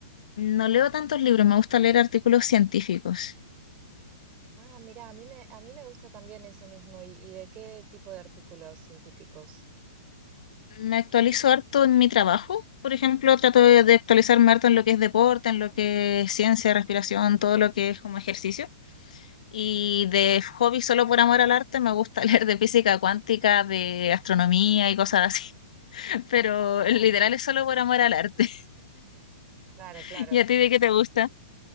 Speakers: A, on the left; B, on the right.
A: No leo tantos libros, me gusta leer artículos científicos.
B: Ah, mira, a mí me, a mí me gusta también eso mismo. ¿Y, y de qué tipo de artículos científicos?
A: Me actualizo harto en mi trabajo. Por ejemplo, trato de de actualizarme harto en lo que es deporte, en lo que es ciencia, respiración, todo lo que es como ejercicio. Y de hobby, solo por amor al arte, me gusta <laughs> leer de física cuántica, de astronomía y cosas así. <laughs> Pero
B: Ah,
A: literal es solo por amor al arte.
B: claro,
A: <laughs>
B: claro.
A: ¿Y a ti de qué te gusta?